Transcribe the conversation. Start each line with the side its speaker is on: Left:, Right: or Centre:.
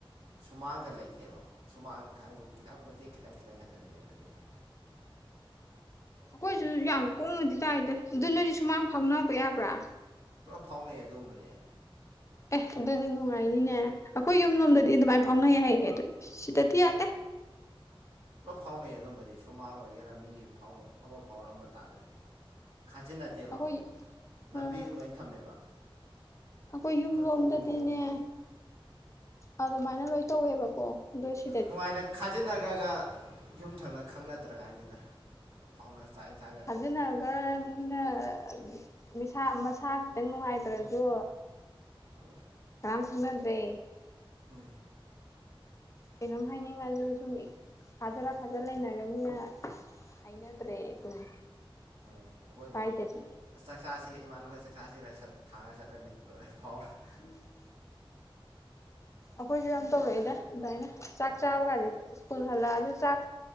Right: ꯁꯨꯃꯥꯡꯒ ꯂꯩꯇꯦꯕ ꯁꯨꯃꯥꯡ ꯍꯥꯏꯕꯨ ꯈꯤꯇꯪ ꯃꯇꯦꯛ ꯈꯤꯇꯪ ꯈꯤꯇꯪ ꯈꯛꯇꯅꯤ ꯂꯩꯅꯗꯨꯏꯁꯦ
Left: ꯑꯩꯈꯣꯏꯁꯨ ꯌꯥꯝ ꯀꯨꯡꯅꯗꯤ ꯇꯥꯏꯗ ꯑꯗꯨ ꯅꯣꯏꯗꯤ ꯁꯨꯃꯥꯡ ꯐꯥꯎꯅꯕ ꯌꯥꯕ꯭ꯔꯥ
Right: ꯄꯨꯂꯞ ꯐꯥꯎꯅꯩ ꯑꯗꯨꯒꯨꯝꯕꯁꯦ
Left: ꯑꯦ ꯑꯗꯨꯗꯤ ꯅꯨꯡꯉꯥꯏꯅꯤꯅꯦ ꯑꯩꯈꯣꯏ ꯌꯨꯝꯂꯣꯝꯗꯗꯤ
Right: ꯍꯣꯏ
Left: ꯑꯗꯨꯃꯥꯏꯅ ꯐꯥꯎꯅꯩ ꯌꯥꯏ ꯑꯗꯨ ꯁꯤꯗꯗꯤ ꯌꯥꯗꯦ
Right: ꯄꯨꯂꯞ ꯐꯥꯎꯅꯩ ꯑꯗꯨꯝꯕꯗꯤ ꯁꯨꯃꯥꯡ ꯑꯣꯏꯒꯦꯔꯥ ꯃꯤꯐꯥꯎ ꯑꯃ ꯐꯥꯎꯔ ꯑꯃ ꯇꯥꯗꯣꯏꯅꯤ ꯈꯥꯖꯤꯟꯅꯗꯦꯕ
Left: ꯑꯩꯈꯣꯏ
Right: ꯑꯃꯨꯛ ꯂꯝꯕꯤ
Left: ꯑꯥ
Right: ꯂꯣꯏ ꯊꯝꯃꯦꯕ
Left: ꯑꯩꯈꯣꯏ ꯌꯨꯝ ꯂꯣꯝꯗꯗꯤꯅꯦ
Right: ꯐꯥꯎꯐꯝ ꯐꯥꯎꯐꯝꯗꯣ
Left: ꯑꯗꯨꯃꯥꯏꯅ ꯂꯣꯏ ꯇꯧꯋꯦꯕꯀꯣ ꯑꯗꯣ ꯁꯤ
Right: ꯅꯨꯡꯉꯥꯏꯅ ꯈꯥꯖꯤꯟꯅꯈ꯭ꯔꯒ ꯌꯨꯝꯊꯪꯅ ꯈꯪꯅꯗ꯭ꯔꯉꯥꯏꯅꯤꯗ ꯐꯥꯎꯅ ꯆꯥꯛ ꯏꯟꯁꯥꯡ
Left: ꯈꯥꯖꯤꯟꯅꯈ꯭ꯔꯕꯅꯤꯅꯁꯥ ꯃꯁꯥ ꯈꯤꯇꯪ ꯅꯨꯡꯉꯥꯏꯇ꯭ꯔꯁꯨ
Right: ꯍꯣꯏ
Left: ꯀꯅꯥꯝ ꯈꯪꯅꯗ꯭ꯔꯦ
Right: ꯍꯣꯏ
Left: ꯀꯩꯅꯣꯝ ꯍꯥꯏꯅꯤꯡꯉꯁꯨ ꯁꯨꯝ ꯈꯥꯖꯤꯜꯂ ꯈꯥꯖꯂ ꯂꯩꯅꯔꯕꯅꯤꯅ ꯍꯥꯏꯅꯗ꯭ꯔꯦ ꯑꯗꯨꯝ
Right: ꯍꯣꯏ ꯑꯩꯈꯣꯏꯗꯤ
Left: ꯁ꯭ꯋꯥꯏꯗꯗꯤ
Right: ꯑꯁ ꯆꯥꯛ ꯆꯥꯁꯦ ꯏꯃꯥꯟꯅꯕꯈꯣꯏ ꯆꯥꯛꯆꯥꯁꯤꯒ ꯊꯥꯡꯉꯒ ꯆꯠꯂꯅꯤ ꯂꯣꯏꯂꯦ ꯐꯥꯎꯔꯦ
Left: <inaudible> ꯑꯩꯈꯣꯏꯁꯨ
Right: ꯍꯥꯏꯗꯤ
Left: ꯌꯥꯝ ꯇꯧꯔꯛꯏꯗ
Right: ꯅꯛꯅꯔꯕꯅꯤꯅ
Left: ꯑꯗꯨꯃꯥꯏꯅ ꯆꯥꯛ ꯆꯥꯕ ꯀꯥꯖꯦ ꯁ꯭ꯀꯨꯜ ꯍꯜꯂꯛꯑ ꯆꯥꯛ